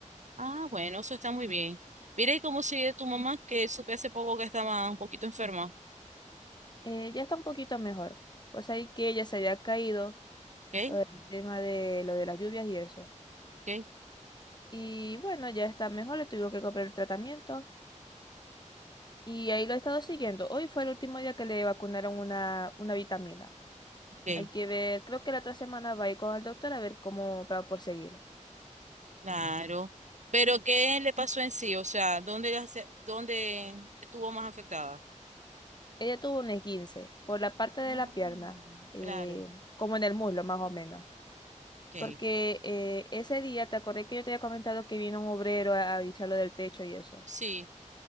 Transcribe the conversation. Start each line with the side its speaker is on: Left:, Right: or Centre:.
Right: Ah, bueno, eso está muy bien. Mira, ¿y cómo sigue tu mamá? Que supe hace poco que estaba un poquito enferma.
Left: Eh, ya está un poquito mejor. Pues ahí que ella se había caído
Right: ¿Ok?
Left: eh, el tema de lo de las lluvias y eso.
Right: ¿Ok?
Left: Y bueno, ya está mejor, le tuvo que comprar el tratamiento y ahí lo he estado siguiendo. Hoy fue el último día que le vacunaron una, una vitamina.
Right: ¿Ok?
Left: Hay que ver, creo que la otra semana va a ir con el doctor a ver cómo para proseguir.
Right: Claro. Pero ¿qué le pasó en sí? O sea, ¿dónde, la se- dónde estuvo más afectada?
Left: Ella tuvo un esguince por la parte de
Right: Ah,
Left: la pierna, eh,
Right: claro.
Left: como en el muslo más o menos.
Right: Ok.
Left: Porque eh, ese día, te acordé que yo te había comentado que vino un obrero a, a echarlo del techo y eso.
Right: Sí.